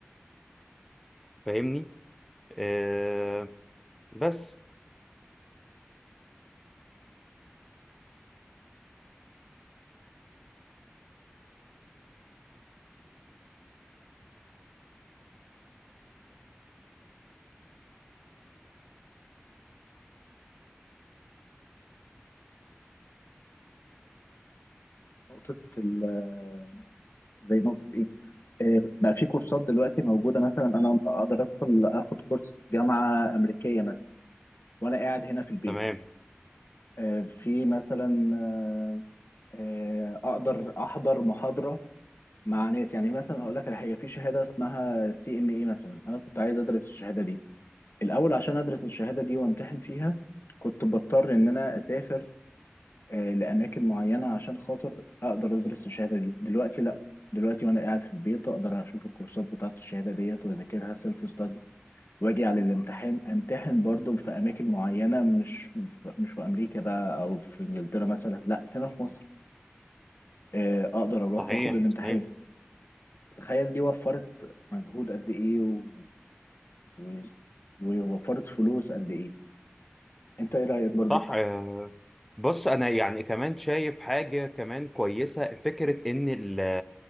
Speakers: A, in the centre; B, on the left.
A: فاهمني آه بس
B: معايا فرق جامد جدا جدا في التعلم عن بعد في نقطة التعلم آه، عايز أقول لك مثلا نقطة ال- زي نقطة إيه؟ آه، بقى في كورسات دلوقتي موجودة مثلا أنا أقدر أدخل آخد كورس في جامعة أمريكية مثلا وأنا قاعد هنا في البيت
A: تمام
B: آه، في مثلا آه، آه، أقدر أحضر محاضرة مع ناس يعني مثلا هقول لك على حاجة في شهادة اسمها سي إم إي مثلا أنا كنت عايز أدرس الشهادة دي الأول عشان أدرس الشهادة دي وأمتحن فيها كنت بضطر إن أنا أسافر آه، لأماكن معينة عشان خاطر أقدر أدرس الشهادة دي دلوقتي لأ دلوقتي وأنا قاعد في البيت أقدر أشوف الكورسات بتاعة الشهادة ديت وأذاكرها سيلف ستادي وأجي على الامتحان أمتحن برضه في أماكن معينة مش مش مش في أمريكا بقى أو في إنجلترا مثلا لأ هنا في مصر آه، أقدر أروح
A: صحيح
B: وأخد الامتحان
A: صحيح
B: تخيل دي وفرت مجهود قد إيه و... و... ووفرت فلوس قد إيه أنت إيه رأيك برضه؟
A: صح آه، بص انا يعني كمان شايف حاجه كمان كويسه فكره ان ال